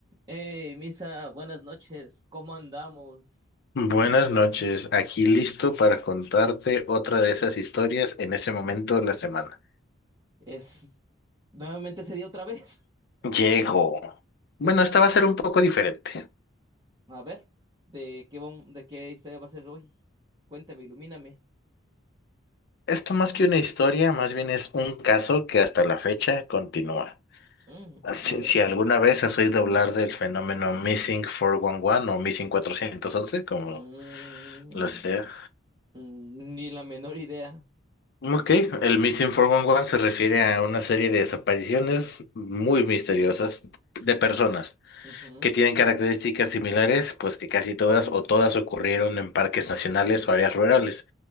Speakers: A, on the right; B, on the left.
A: Hey, Misa, buenas noches, ¿cómo andamos?
B: Buenas noches, aquí listo para contarte otra de esas historias en ese momento de la semana.
A: Es nuevamente se dio otra vez.
B: Llego. Bueno,
A: <laughs> Eso,
B: esta va a ser un poco diferente.
A: a ver, ¿de qué vam- de qué historia va a ser hoy? Cuéntame, ilumíname.
B: Esto más que una historia, más bien es un caso que hasta la fecha continúa.
A: Mm,
B: Si,
A: a ver.
B: si alguna vez has oído hablar del fenómeno Missing 411 o Missing cuatrocientos once, como
A: Mm,
B: lo sea.
A: mm, ni la menor idea.
B: Ok, el Missing 411 se refiere a una serie de desapariciones muy misteriosas de personas
A: Ujú.
B: que tienen características similares, pues que casi todas o todas ocurrieron en parques nacionales o áreas rurales.